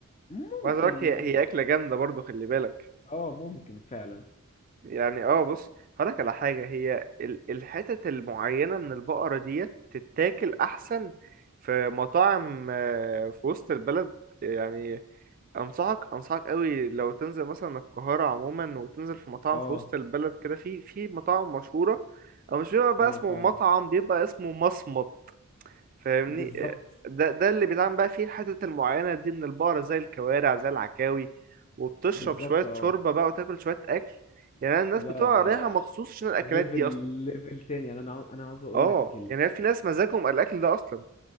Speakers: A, on the left; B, on the right.
A: ممكن
B: وعايز اقول لك
A: يعني
B: هي هي اكله جامده برضو خلي بالك
A: اه ممكن فعلا
B: يعني اه بص هقول لك على حاجه هي ال- الحتت المعينه من البقره ديت تتاكل احسن في مطاعم آه، في وسط البلد يعني انصحك انصحك قوي لو تنزل مثلا القاهره عموما وتنزل في مطاعم
A: اه
B: في وسط البلد كده في في مطاعم مشهوره او مش بيبقى بقى
A: ايوه
B: اسمه
A: فاهم
B: مطعم بيبقى اسمه مصمت فاهمني
A: بالظبط
B: آه، ده ده اللي بيتعمل بقى فيه الحتت المعينه دي من البقره زي الكوارع زي العكاوي وبتشرب
A: بالظبط
B: شويه
A: اه
B: شوربه بقى وتاكل شويه اكل يعني أنا الناس
A: لا
B: بتبقى
A: ده
B: رايحه مخصوص عشان الاكلات
A: ليفل
B: دي اصلا
A: ليفل تاني يعني انا عاو- انا عاوز اقول
B: اه
A: لك ال...
B: يعني في ناس مزاجهم الاكل ده اصلا